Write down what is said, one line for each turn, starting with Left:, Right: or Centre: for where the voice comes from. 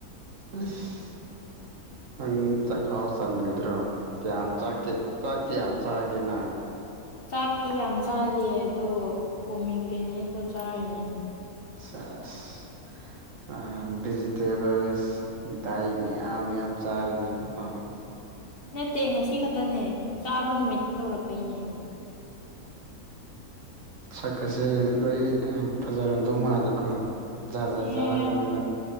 Right: ꯑꯁ ꯅꯪ ꯆꯈꯥꯎ ꯆꯟꯒꯗ꯭ꯔꯣ ꯀꯌꯥꯝ ꯆꯥꯛ ꯀꯌꯥꯝ ꯆꯥꯒꯦ ꯅꯪ
Left: ꯆꯥꯛꯇꯤ ꯌꯥꯝ ꯆꯥꯗꯦ ꯑꯗꯣ ꯄꯣꯃꯤꯒ꯭ꯔꯦꯅꯦꯠꯇꯣ ꯆꯥꯔꯤꯅꯦ
Right: ꯆꯁ ꯚꯤꯖꯤꯇꯦꯕꯜꯁ ꯗꯥꯏ ꯃꯌꯥꯝ ꯌꯥꯝ ꯆꯥꯔꯤꯅꯦꯕꯀꯣ
Left: ꯅꯠꯇꯦ ꯉꯁꯤ ꯈꯛꯇꯅꯦ ꯆꯥꯕ ꯅꯨꯃꯤꯠꯇ ꯇꯧꯔꯛꯄꯩꯅꯦ
Right: ꯁꯛꯀꯁꯦ ꯂꯣꯏ ꯌꯥꯝ ꯐꯖꯔꯝꯗꯧ ꯃꯥꯜꯂꯦꯀꯣ ꯖꯥ ꯖꯥ
Left: ꯑꯦ
Right: ꯆꯥꯔꯛꯄꯅꯤꯅ